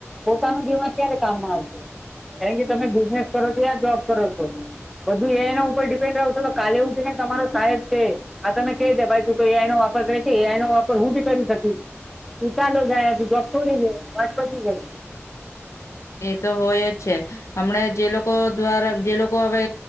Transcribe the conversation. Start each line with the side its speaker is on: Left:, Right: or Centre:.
Centre: પોતાનું દિમાગ ક્યારે કામમાં આવશે? કારણ કે તમે બિઝનેસ કરો છો યા જોબ કરો છો, બધું એ આઈ ના ઉપર ડિપેન્ડ રહશો, તો કાલે એવું છે ને તમારો સાહેબ છે. આ તમે કે દે, ભાઈ, તું તો એ આનો વાપર કરી છે, એ આનો વાપર હું ભી કરી શકું. તું ચાલો ગયા જોબ થોડી દે. વાત પતિ ગઈ.
Left: એ તો હોય જ છે. હમણાં જે લોકો દ્વારા, જે લોકો હવે